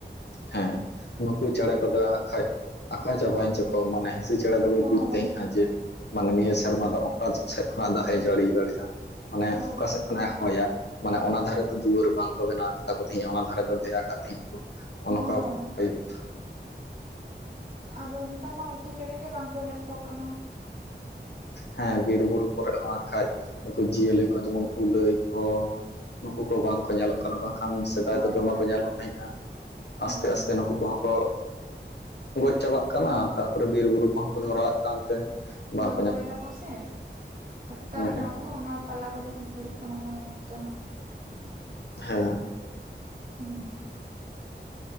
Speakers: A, on the left; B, on the right.
A: ᱦᱮᱸ, ᱱᱩᱠᱩ ᱪᱮᱬᱮ ᱠᱚᱫᱚ ᱟᱠᱷᱟᱡ ᱟᱠᱟ ᱪᱟᱵᱟᱭᱮᱱ ᱪᱚᱠᱚ ᱢᱟᱱᱮ ᱦᱤᱸᱥᱤ ᱪᱮᱸ ᱪᱮᱸᱬᱮ ᱫᱚᱠᱚ
B: ᱦᱚᱸ
A: ᱵᱩᱡ ᱛᱟᱦᱮᱸᱜᱼᱟ ᱡᱮ, ᱢᱟᱱᱮ ᱱᱤᱭᱟᱹ ᱥᱮᱨᱢᱟ ᱫᱚ ᱚᱠᱟ ᱥᱮᱫ ᱠᱷᱚᱱᱟᱜ ᱫᱟᱜ ᱮ ᱡᱟᱹᱲᱤ ᱫᱟᱲᱮᱜ-ᱟ, ᱢᱟᱱᱮ
B: ᱦᱳᱭ
A: ᱟᱠᱚ
B: ᱦᱳᱭ
A: ᱥᱮᱫ ᱠᱷᱚᱱᱟᱜ ᱮ ᱦᱚᱭᱟ, ᱢᱟᱱᱮ ᱚᱱᱟ ᱫᱷᱟᱨᱮ ᱛᱮ ᱫᱩᱣᱟᱹᱨ ᱵᱟᱝᱠᱚ ᱵᱮᱱᱟᱣ ᱠᱟᱛᱟ ᱠᱚ ᱛᱟᱦᱮᱸᱫᱼᱟ ᱚᱱᱟ ᱫᱷᱟᱨᱮ ᱫᱚ ᱫᱮᱭᱟ ᱠᱟᱜ ᱛᱟᱦᱮᱸᱜ-ᱟ ᱠᱚ᱾ ᱚᱱᱚᱝᱠᱟ
B: ᱦᱚᱸ
A: ᱴᱟᱭᱤᱯᱷ᱾
B: ᱟᱫᱚ ᱦᱮᱸᱛᱟᱨ ᱢᱟ ᱩᱝᱠᱩ ᱪᱮᱬᱮ ᱜᱮ ᱵᱟᱝᱠᱚ ᱧᱮᱞᱚᱜ ᱠᱟᱱᱟ᱾
A: ᱦᱮᱸ ᱵᱤᱨ ᱵᱩᱨᱩ ᱠᱚᱨᱮ ᱦᱚᱸ ᱟᱸᱠᱷᱟᱡ ᱱᱩᱠᱩ ᱡᱤᱭᱟᱹᱞᱤ ᱠᱚ ᱡᱮᱢᱚᱱ ᱠᱩᱞᱟᱹᱭ ᱠᱚ, ᱱᱩᱠᱩ ᱠᱚ ᱵᱟᱝ ᱠᱚ ᱧᱮᱞᱚᱜ ᱠᱟᱱᱟ ᱵᱟᱝᱠᱷᱟᱱ ᱥᱮᱫᱟᱭ
B: ᱦᱳᱭ
A: ᱫᱚ ᱫᱚᱢᱮ
B: ᱦᱳᱭ
A: ᱠᱚ ᱧᱮᱞᱚᱜ ᱛᱟᱦᱮᱸᱜᱼᱟ᱾ ᱟᱥᱛᱮ
B: ᱦᱚᱸ
A: ᱟᱥᱛᱮ ᱱᱩᱠᱩ ᱠᱚᱦᱚᱸ ᱠᱚ ᱜᱚᱡ ᱪᱟᱵᱟᱜ ᱠᱟᱱᱟ ᱛᱟᱯᱚᱨᱮ ᱵᱤᱨ ᱵᱩᱨᱩ ᱠᱚᱦᱚᱸ ᱠᱚ ᱫᱷᱚᱨᱟᱣᱟᱜ ᱠᱟᱱᱛᱮ, ᱵᱟᱝ
B: ᱞᱚᱭ ᱫᱟᱠᱚ ᱥᱮ, ᱟᱛᱟᱨᱟᱜ
A: ᱦᱩᱸ
B: ᱠᱟᱱᱟ ᱠᱚ ᱚᱱᱟ ᱯᱟᱞᱟ ᱠᱚ ᱡᱚᱠᱷᱚᱱ ᱧᱩᱨᱩᱜ ᱠᱟᱱᱟ ᱚᱱᱟ ᱩᱱ ᱚᱠᱛᱚ ᱦᱟᱸᱜ᱾
A: ᱦᱮᱸ᱾
B: ᱦᱩᱸᱜ-ᱩᱸ᱾